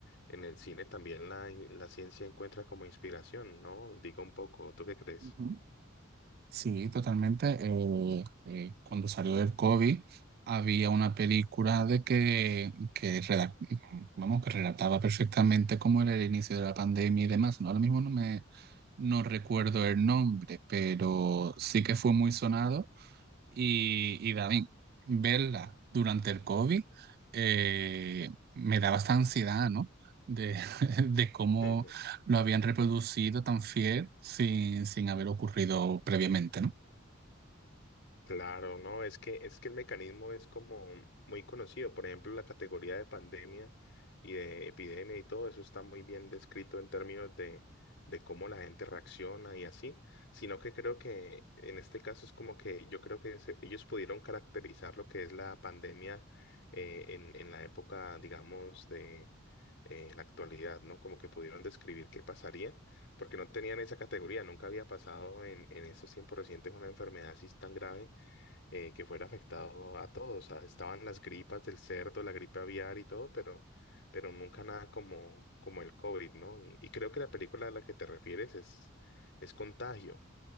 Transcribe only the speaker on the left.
en el cine también la, la ciencia encuentra como inspiración, ¿no? Digo un poco, ¿tú qué crees?
<laughs>
Claro, no, es que es que el mecanismo es como muy conocido. Por ejemplo, la categoría de pandemia y de epidemia y todo eso está muy bien descrito en términos de, de cómo la gente reacciona y así. Sino que creo que en este caso es como que yo creo que se- ellos pudieron caracterizar lo que es la pandemia eh, en, en la época, digamos, de eh, la actualidad, ¿no? Como que pudieron describir qué pasaría porque no tenían esa categoría, nunca había pasado en, en estos tiempos recientes una enfermedad así tan grave eh, que fuera afectado a todos. O sea, estaban las gripas del cerdo, la gripe aviar y todo, pero, pero nunca nada como, como el COVID, ¿no? Y, y creo que la película a la que te refieres es, es Contagio.